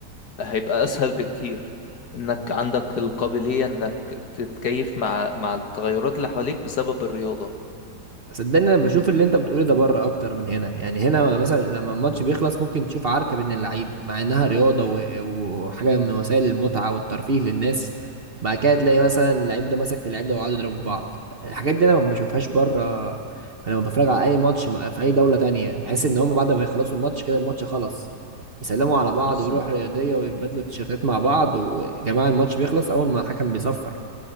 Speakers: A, on the left (about 65°); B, on the right (about 40°).
A: هيبقى اسهل بكتير انك عندك القابلية انك تتكيف مع مع التغيرات اللي حواليك بسبب الرياضة
B: صدقني انا بشوف اللي انت بتقوله ده بره اكتر من هنا يعني هنا مثلا لما الماتش بيخلص ممكن تشوف عركه بين اللعيبه مع انها رياضه و... وحاجه من وسائل المتعه والترفيه للناس بعد كده تلاقي مثلا اللعيب ده مسك في اللعيب ده وقعدوا يضربوا في بعض الحاجات دي انا ما بشوفهاش بره فلما بتفرج على اي ماتش م- في اي دوله تانية بحس ان هم بعد ما يخلصوا الماتش كده الماتش خلص يسلموا على بعض
A: بالظبط
B: ويروحوا رياضيه ويتبادلوا التيشيرتات مع بعض وجماعه الماتش بيخلص اول ما الحكم بيصفر